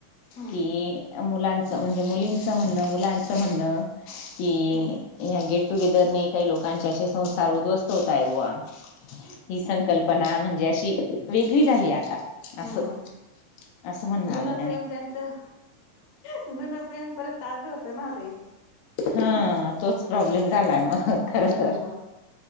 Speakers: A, on the left; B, on the left.
A: हम्म
B: कि? मुलांचं म्हणजे मुलींचं म्हणणं मुलांचं म्हणणं कि.
A: हम्म
B: ह गेट टुगेदरने काही लोकांचे असे संसार उद्ध्वस्त होत आहे बुवा. ही संकल्पना म्हणजे अशी वेगळी झाली आता. असं
A: हम्म,
B: असं म्हणणं
A: जुन
B: आलं
A: प्रेम त्यांचं. जुनं प्रेम परत ताज होतं ना ताई.
B: हा तोच प्रॉब्लेम झालाय मग
A: म्हणून
B: खर तर.
A: मग